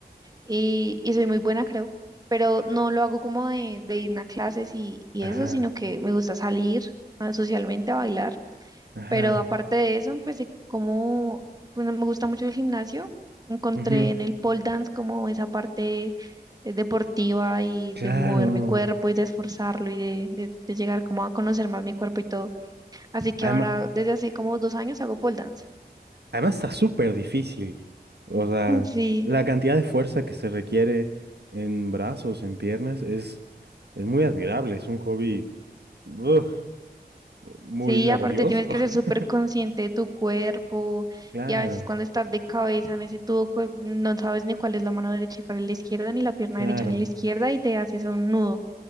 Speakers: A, on the right; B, on the right.
A: y, y soy muy buena, creo, pero no lo hago como de, de irme a clases y, y
B: Ajá.
A: eso, sino que me gusta salir ah, socialmente a bailar,
B: Ajá.
A: pero aparte de eso empecé como, bueno, me gusta mucho el gimnasio, encontré
B: ujú,
A: en el pole dance como esa parte eh, deportiva y
B: Claro.
A: de mover mi cuerpo y de esforzarlo y de, de de llegar como a conocer más mi cuerpo y todo, así que
B: Además,
A: ahora desde hace como dos años hago pole dance.
B: Además está súper difícil. O sea,
A: <laughs> Sí.
B: la cantidad de fuerza que se requiere en brazos, en piernas, es, es muy admirable. Es un hobby ugh, muy
A: Sí,
B: laborioso.
A: aparte tienes que ser súper
B: <laughs>
A: consciente de tu cuerpo
B: Claro,
A: y a veces cuando estás de cabeza en ese tubo pues, no sabes ni cuál es la mano derecha y cuál es la izquierda, ni la pierna
B: claro.
A: derecha ni la izquierda y te haces un nudo.